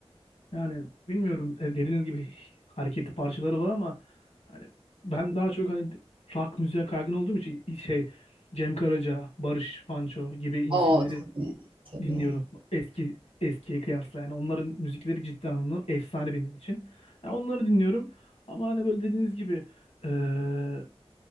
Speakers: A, on the left; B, on the right.
A: Yani bilmiyorum e, dediğiniz gibi hareketli parçaları var ama hani ben daha çok hani rock müziğe kaygın olduğum için şey Cem Karaca, Barış Manço gibi isimleri
B: O tabii tabii.
A: Dinliyorum. Eski eskiye kıyasla yani onların müzikleri ciddi anlamda efsane benim için. Yani onları dinliyorum ama hani böyle dediğiniz gibi eee,